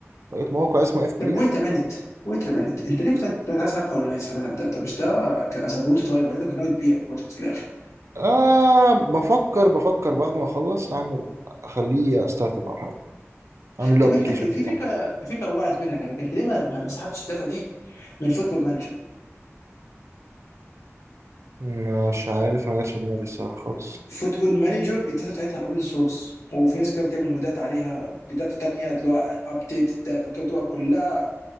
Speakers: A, on the right; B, on the left.
A: لقيت موقع اسمه اف
B: طب
A: بريف
B: ويت مينت ويت مينت انت ليه كنت عايز حاجه قانونيه تسحب لنا الداتا مش ده ازابويت درايفر انت كنت ناوي تبيع البروجكت في الاخر
A: آه بفكر بفكر بعد ما اخلص اعمل اخليه ستارت اب او حاجه اعمل له
B: طب
A: ابلكيشن
B: انت في
A: بتاعه
B: في فكره في فكره وقعت منك على فكره انت ليه ما ما ما سحبتش الداتا دي من فوتبول مانجر
A: مش عارف ما جاتش في دماغي الصراحه خالص
B: فوتبول مانجر الداتا بتاعتها اوبن سورس وفي ناس كده بتعمل مودات عليها بداتا تانية اللي هو ابديت الداتا وكده بتبقى كلها